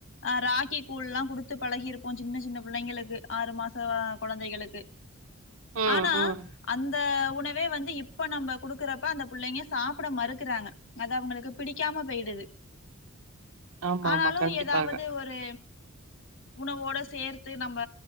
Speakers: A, on the left (about 65°); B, on the right (about 75°).
A: ஆஸராகி கூழ்லா குடுத்து பழகிருப்போ சின்ன சின்ன பிள்ளைங்களுக்கு ஆறு மாச வ கொழந்தைகளுக்கு
B: ம்
A: ஆனா
B: ம்
A: அந்த உணவே வந்து இப்ப நம்ம குடுக்குறப்ப அந்த புள்ளைங்க சாப்ட மறுக்குறாங்க அது அவங்களுக்கு பிடிக்காம போய்டுது
B: ஆமா
A: ஆனாலு
B: ஆமா கண்டிப்பாக
A: எதாவது ஒரு உணவோட சேர்த்து நம்ப